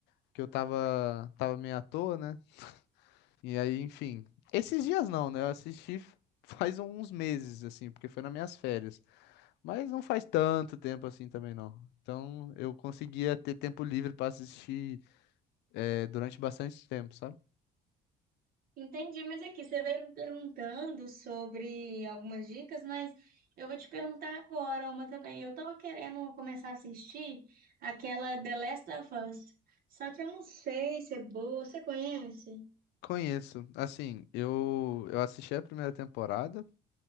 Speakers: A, on the left; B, on the right.
A: porque eu tava, tava meio à toa, né? E aí, enfim. Esses dias não, né? Eu assisti <laughs> faz uns meses, assim, porque foi nas minhas férias. Mas não faz tanto tempo assim também, não. Então eu conseguia ter tempo livre pra assistir, eh, durante bastante tempo, sabe?
B: Entendi, mas aqui você veio me perguntando sobre algumas dicas, mas eu vou te perguntar agora uma também. Eu tava querendo começar a assistir aquela The Last of Us, só que eu não sei se é boa. Você conhece?
A: Conheço. Assim, eu, eu assisti a primeira temporada,